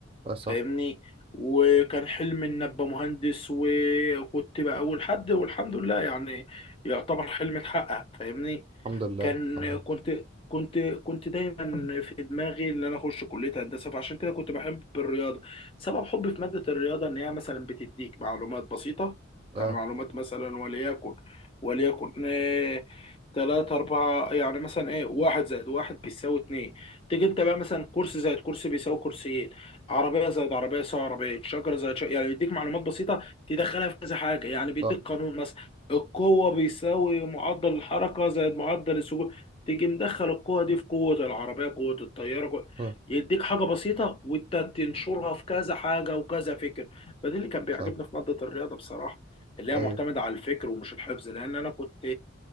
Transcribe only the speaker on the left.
فاهمني وكان حلمي ان ابقى مهندس وكنت بقى اول حد والحمد لله يعني يعتبر حلمي اتحقق فاهمني
كان
كنت كنت كنت دايما في دماغي ان انا اخش كليه هندسه فعشان كده كنت بحب الرياضه سبب حبي في ماده الرياضه ان هي مثلا بتديك معلومات بسيطه يعني
معلومات مثلا وليكن وليكن آه، تلاتة أربعة يعني مثلا إيه واحد زائد واحد بيساوي اتنين تيجي أنت بقى مثلا كرسي زائد كرسي بيساوي كرسيين عربية زائد عربية يساوي عربية شجرة زائد شجرة يعني بيديك معلومات بسيطة تدخلها في كذا حاجة يعني بيديك
قانون مثلا القوة بيساوي معدل الحركة زائد معدل السكون تيجي مدخل القوة دي في قوة العربية قوة الطيارة قوة.
يديك حاجة بسيطة وانت تنشرها في كذا حاجة وكذا فكر فدي اللي كان بيعجبني
في مادة الرياضة بصراحة اللي هي
معتمدة على الفكر ومش الحفظ لأن أنا كنت